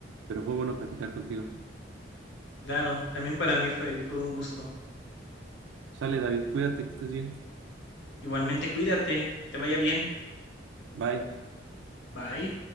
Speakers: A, on the right; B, on the left.
A: pero fue bueno platicar contigo.
B: Claro, también para mí fue todo un gusto.
A: Sale, David, cuídate, que estés bien.
B: Igualmente cuídate, que te vaya bien.
A: Bye.
B: Bye.